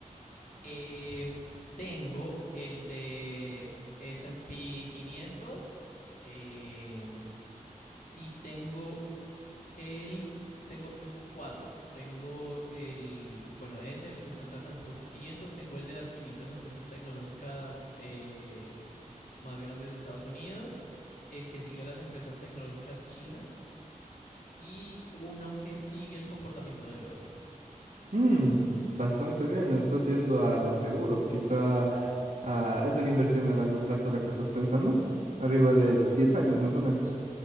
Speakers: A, on the left (about 85°); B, on the right (about 70°).
A: Em, tengo el de S&P quinientos em, y tengo El, tengo, tengo cuatro. Tengo el, bueno, es el de Standard and Poor's quinientos Tengo el de las 500 empresas tecnológicas eh, más grandes de Estados Unidos. El que sigue a las empresas tecnológicas chinas. Y uno que sigue el comportamiento del oro.
B: Mm, bastante bien, estás yendo a lo seguro. Quizá ah, es una inversión a largo plazo la que estás pensando, arriba
A: Sí,
B: de 10 años más o menos.